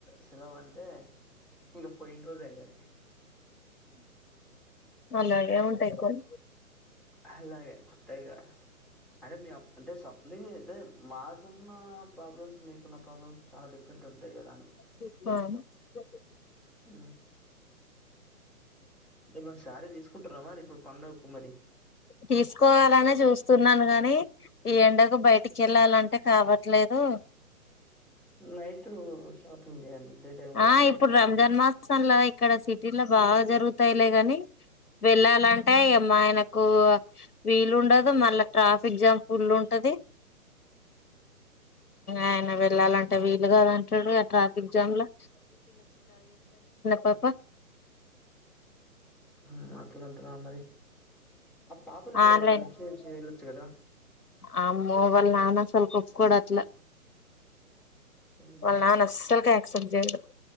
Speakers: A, in the centre; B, on the left.
A: సెలవు అంటే ఇంకా పోయిన రోజు ఎగాలి
B: అలాగే ఉంటాయి కోన్
A: అలాగే అంతేగా అంటే మీ అంటే షప్నీ అయితే మాకున్న ప్రాబ్లమ్స్ మీకున్న ప్రాబ్లమ్స్ చాలా డిఫరెంట్ ఉంటాయి కదా అండి.
B: అ
A: ఉ ఏమన్నా శారీ తీసుకుంటున్నవమారి ప్పుడు పండగకు మరి
B: తీసుకోవాలనే చూస్తున్నాను గానీ ఈ ఎండకు బయటికి వెళ్ళాలంటే కావట్లేదు.
A: నైట్ షాపింగ్ చేయండి డే టైం కాకుండా
B: ఆ ఇప్పుడు
A: షాపింగ్
B: రంజాన్
A: చేయండి
B: మాసంలో ఇక్కడ సి టిలా బాగా జరుగుతాయిలే గాని వెళ్ళాలంటే ఇగ మా ఆయనకు వీలుండదు మళ్ళా ట్రాఫిక్ జామ్ ఫులుంటది ఆయన వెళ్ళాలంటే వీలు కాదంటాడు ఆ ట్రాఫిక్ జామ్లా
A: <unintelligible>
B: పాప
A: ఊ అట్లాంటున్నారు మరి ఆ పాపులు ఎక్కడ
B: ఆన్లైన్
A: ఎవరకనిచ్చేసి వెళ్ళొచ్చు కదా
B: అమ్మో వాళ్ళ నానా అసలోప్పుకోడట్ల
A: హ్మ్
B: వాళ్ళ నాన అసల్కే అక్సెప్ట్ జేయడు